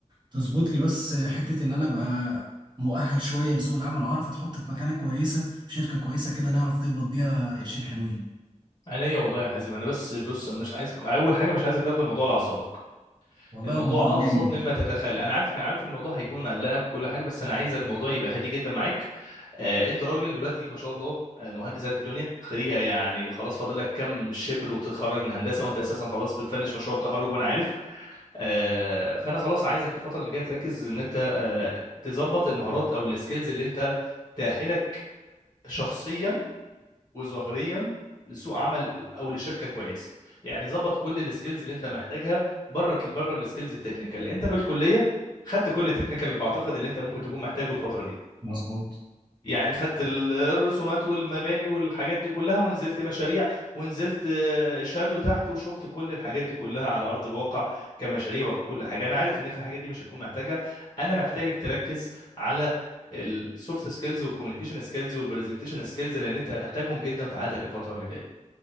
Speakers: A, on the right (about 35°); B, on the left (about 30°).
A: تظبط لي بس آه، حتة ان انا ابقى مؤهل شوية لسوق العمل اعرف اتحط في مكانة كويسة في شركة كويسة كده نعرف نقبض بيها قرشين حلوين
B: عينيا والله يا حازم انا بس بص أنا مش عايزك اول حاجه مش عايزك تاخد الموضوع على اعصابك
A: والله
B: الموضوع
A: الموضوع
B: ابسط
A: عجبني
B: مما تتخيل انا عارفك انا عارف ان الموضوع هيكون مقلقك وكل حاجه بس انا عايز الموضوع يبقى هادي جدا معاك آه انت راجل دلوقتي ما شاء الله آه مهندس قد الدنيا خريجه يعني خلاص فاضل لك كام شبر وتتخرج من هندسه وانت اساسا خلاص بتفنش مشروع التخرج وانا عارف آه فانا خلاص عايزك الفتره اللي جايه تركز ان انت آه تظبط المهارات او السكيلز اللي انت تأهلك شخصيا وظاهريا لسوق عمل او لشركه كويسه يعني ظبط كل السكيلز اللي انت محتاجها بره بره السكيلز التكنيكال انت في الكليه خدت كل التكنيكال اللي بعتقد اللي انت ممكن تكون محتاجه الفتره دي
A: مظبوط
B: يعني خدت ال- الرسومات والمباني والحاجات دي كلها ونزلت مشاريع ونزلت آه، شادو تحت وشفت كل الحاجات دي كلها على أرض الواقع كمشاريع وككل حاجة أنا عارف إن أنت الحاجات دي مش هتكون محتاجها أنا محتاجك تركز على السوفت سكيلز والكوميونيكيشن سكيلز والبرزنتيشن سكيلز لأن أنت هتحتاجهم جدا في حياتك الفترة اللي جاية